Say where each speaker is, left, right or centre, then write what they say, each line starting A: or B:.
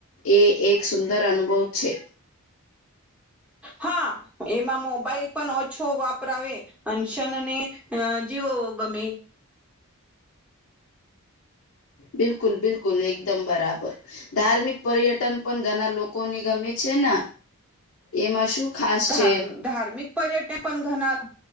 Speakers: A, on the left; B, in the centre.
A: એ એક સુંદર અનુભવ છે.
B: હા. એમાં મોબાઈલ પણ ઓછો વાપરાવે અને કને અ જીવો ગમે
A: બિલકુલ બિલકુલ એકદમ બરાબર ધાર્મિક પર્યટન પણ ઘણા લોકોને ગમે છે ને એમાં શું ખાસ
B: ધારમ
A: છે
B: ધાર્મિક પર્યટન પણ ઘના